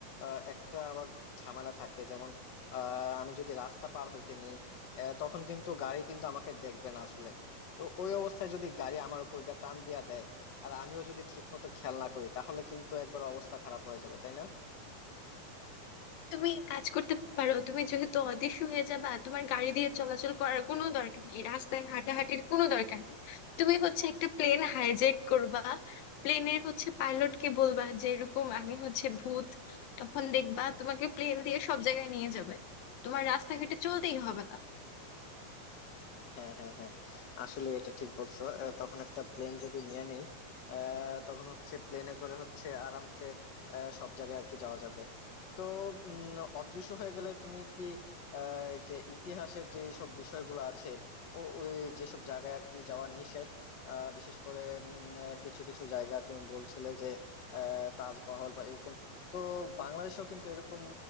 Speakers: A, on the left; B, on the left.
A: আহ, একটা আবার ঝামেলা থাকে যেমন আহ, আমি যদি রাস্তা পার হইতে নেই আহ, তখন কিন্তু গাড়ি কিন্তু আমাকে দেখবে না আসলে তো ওই অবস্থায় যদি গাড়ি আমার উপর দিয়ে টান দিয়া দেয় আর আমিও যদি ঠিক মতো খেয়াল না করি তাহলে কিন্তু একবার অবস্থা খারাপ হয়ে যাবে তাই না
B: তুমি এক কাজ করতে পারো তুমি যেহেতু অদৃশ্য হয়ে যাবা তোমার গাড়ি দিয়ে চলাচল করার কোনো দরকার নেই রাস্তায় হাঁটাহাঁটির কোনো দরকার নেই তুমি হচ্ছে একটা প্লেন হাইজ্যাক করবা প্লেনের হচ্ছে পাইলটকে বলবা যে এরকম আমি হচ্ছে ভূত তখন দেখবা তোমাকে প্লেন দিয়ে সব জায়গায় নিয়ে যাবে তোমার রাস্তাঘাটে চলতেই হবে না
A: হ্যাঁ হ্যাঁ হ্যাঁ আসলে এটা ঠিক বলছো আহ, তখন একটা প্লেন যদি নিয়ে নেই আহ, তখন হচ্ছে প্লেনে করে হচ্ছে আরামসে আহ, সব জায়গায় আর কি যাওয়া যাবে তো উম, অদৃশ্য হয়ে গেলে তুমি কি আহ, এই যে ইতিহাসের যে সব বিষয়গুলো আছে ও ওই যেসব জায়গায় আর কি যাওয়া নিষেধ আহ, বিশেষ করে উম, আহ, কিছু কিছু জায়গা তুমি বলছিলে যে আহ, তাজমহল বা এরকম তো বাংলাদেশেও কিন্তু এরকম